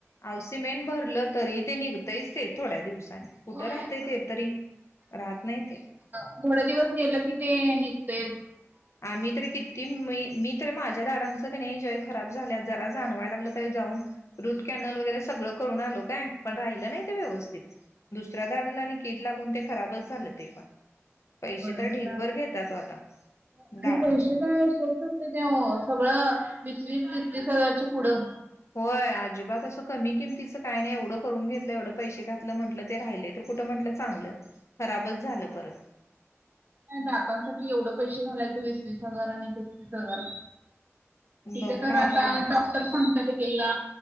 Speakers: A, on the left (about 70°); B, on the right (about 40°).
A: औसीमेंट भरलं तरी ते निघतंयच ते थोड्या दिवसाांनी
B: होय
A: कुठं राहतय
B: काय
A: ते तरी राहत नाही ते
B: थोड दिवस गेलं की ते निघतय
A: आम्ही तररी किती म मी तर माझ्या दडडांचं क नाही जय खराब झाल्या जरा जाणवायला लागलं तरी जाऊन रूट कॅनल वगैरे सगळं करून आलो काय पण राहिलं नाही ते व्यवस्थित दुसऱ्या दाडला आणि कीड लागून ते खराबच झालं ते पण पैसे
B: बर
A: तर ढीकभर घेत तो आता
B: आणि
A: दाडांच्या
B: पैसे का असवच असते ते सगळं वीस वीस तीस तीस हजारचे पुढं
A: होय अजिबात असं कमी किमतीचं काय नाही एवढं करून घेतलं एवढं पैसे घातलं म्हटलं ते राहिले कुठं म्हटलं चांगलं खराबच झालं परत
B: डातांसाठी एवढं पैसे घालायचं वीस वीस हजार आणि तेतीस हजार तिथे
A: बघून
B: तर आता
A: आलो आम्ही
B: डॉक्टर सांगतात एक एकदा